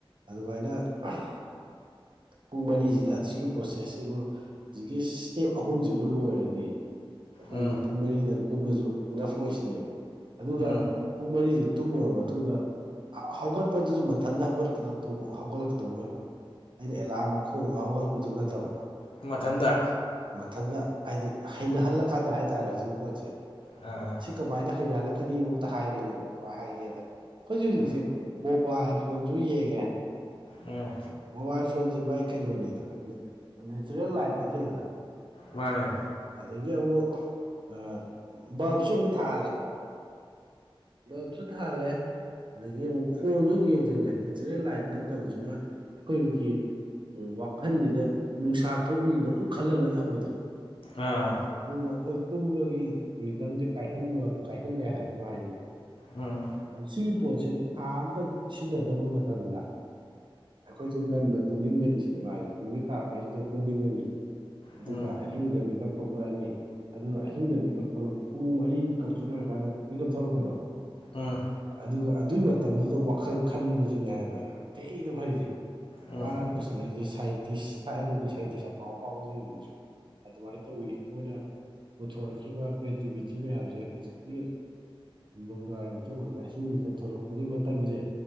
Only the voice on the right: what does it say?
ꯑꯗꯨꯃꯥꯏꯅ ꯑꯥ ꯄꯨꯡ ꯃꯔꯤꯖꯤꯗ ꯑꯁꯤꯒꯤ ꯄ꯭ꯔꯣꯁꯦꯁꯁꯤꯕꯨ ꯖꯤꯛꯀꯤ ꯁꯇꯦꯞ ꯑꯍꯨꯝꯖꯤꯕꯨ ꯂꯣꯏꯔꯗꯤ ꯑꯈꯣꯏꯒꯤ
ꯄꯨꯡ ꯃꯔꯤꯗꯪ ꯇꯨꯝꯃꯁꯨ ꯏꯅꯐ ꯑꯣꯏꯁꯤꯅꯦꯕ ꯑꯗꯨꯒ
ꯄꯨꯡ ꯃꯔꯤꯗꯨ ꯇꯨꯝꯃꯨꯔ ꯃꯇꯨꯡꯗ ꯍꯧꯒꯠꯄꯗꯨꯁꯨ ꯃꯊꯟꯇ ꯍꯧꯒꯠꯂꯛꯇꯨ ꯍꯧꯒꯠ ꯗꯧ ꯑꯣꯏꯕ ꯑꯩꯅ ꯑꯦꯂꯥꯝ ꯈꯣꯡꯉꯒ ꯍꯧꯒꯠꯂꯛꯄꯗꯨ ꯅꯠꯇꯕ
ꯃꯊꯟꯗ ꯍꯥꯏꯗꯤ ꯍꯩꯅꯍꯜꯂꯀꯥꯟꯗ ꯍꯥꯏꯇꯥꯔꯦ ꯍꯖꯤꯛꯀꯤ ꯄꯣꯠꯁꯦ
ꯀꯃꯥꯏꯅ ꯍꯩꯅꯍꯜꯂꯛꯀꯅꯤꯕꯧꯗ ꯍꯥꯏꯕꯤꯅꯦꯕ ꯀꯃꯥꯏ ꯍꯥꯏꯒꯦꯗ ꯈꯣꯏꯖꯤ ꯍꯧꯖꯤꯛꯁꯦ
ꯃꯣꯕꯥꯏꯜ ꯐꯣꯟꯁꯨ ꯌꯦꯡꯉꯦ
ꯃꯣꯕꯥꯏꯜ ꯐꯣꯟꯁꯦ ꯚꯥꯏ ꯀꯩꯅꯣꯅꯤꯗ ꯅꯦ ꯅꯦꯆꯔꯦꯜ ꯂꯥꯏꯠ ꯅꯠꯇꯦꯗꯅ
ꯑꯗꯒꯤ ꯑꯃꯨꯛ ꯑꯥ ꯕꯜꯞꯁꯨ ꯑꯃꯨꯛ ꯊꯥꯜꯂꯦ ꯕꯜꯕꯁꯨ ꯊꯥꯜꯂꯦ ꯑꯗꯒꯤ ꯑꯃꯨꯛ ꯐꯣꯟꯁꯨ ꯑꯃꯨꯛ ꯌꯦꯡꯖꯜꯂꯦ ꯅꯦꯆꯔꯦꯜ ꯂꯥꯏꯠ ꯅꯠꯇꯕꯁꯤꯅ ꯑꯩꯀꯣꯏꯕꯒꯤ ꯋꯥꯈꯟꯁꯤꯗ ꯅꯨꯡꯁꯥ ꯊꯣꯛꯏꯅ ꯑꯗꯨꯝ ꯈꯜꯍꯜꯂꯒ ꯊꯝꯕꯗꯣ
ꯑꯗꯨꯗ ꯑꯈꯣꯏ ꯇꯨꯝꯕꯒꯤ ꯔꯤꯗꯝꯁꯦ ꯀꯥꯏꯍꯟꯕ ꯀꯥꯏꯍꯜꯂꯦ ꯍꯥꯏꯕ ꯃꯥ ꯍꯥꯏꯁꯦ
ꯑꯗ ꯁꯤꯒꯤ ꯄꯣꯠꯁꯦ ꯊꯥ ꯑꯝꯇꯪ ꯁꯤꯖꯤꯟꯅꯗꯕ ꯃꯇꯝꯗ ꯑꯈꯣꯏꯖꯤ ꯉꯟꯗ ꯇꯨꯝꯅꯤꯡꯒꯅꯤ ꯁꯤꯅꯦ ꯃꯥ ꯍꯥꯏꯖꯦ ꯅꯨꯃꯤꯠ ꯇꯥꯔꯛꯄꯩꯁꯤꯗ ꯇꯨꯝꯅꯤꯡꯒꯅꯤ ꯑꯗꯨꯒ
ꯑꯍꯤꯡꯗ ꯃꯤ ꯀꯞꯊꯣꯛꯂꯛꯑꯅꯤ ꯑꯗꯨꯒ ꯑꯍꯤꯡꯗ ꯃꯤ ꯀꯞ ꯊꯣꯛꯂꯛꯄ ꯄꯨꯡ ꯃꯔꯤ ꯀꯝꯄ꯭ꯂꯤꯠ ꯂꯣꯏꯔꯀꯥꯟꯗ ꯃꯤ ꯀꯞ ꯊꯣꯂꯛꯄꯗꯣ
ꯑꯗꯨꯒ ꯑꯗꯨ ꯃꯇꯝꯗꯨꯗ ꯋꯥꯈꯜ ꯈꯟꯕꯖꯤꯅꯦ ꯍꯥꯏꯕ ꯌꯥꯝ ꯊꯤꯅ ꯐꯩꯁꯦ
ꯃꯥꯅ ꯄꯨꯁꯜꯂꯛꯏꯁꯦ ꯁꯥꯏꯟꯇꯤꯁ ꯊꯥꯏꯅꯒꯤ ꯁꯥꯏꯟꯇꯤꯁ ꯑꯐꯥꯎꯕ ꯑꯐꯥꯎꯕꯁꯤꯡꯖꯤꯖꯨ ꯑꯗꯨꯃꯥꯏ ꯇꯧꯋꯤ ꯃꯣꯏꯅ ꯄꯨꯊꯣꯔꯛꯈꯤꯕ ꯀ꯭ꯔꯤꯇꯤꯚꯤꯇꯤ ꯃꯌꯥꯝꯁꯦ ꯍꯨꯖꯤꯛꯀꯤ ꯅꯨꯡꯗꯥꯡꯋꯥꯏꯔꯝ ꯇꯨꯝꯈ꯭ꯔꯒ ꯑꯍꯤꯡ ꯃꯤꯀꯞ ꯊꯣꯛꯂꯛꯄꯒꯤ ꯃꯇꯝꯖꯦ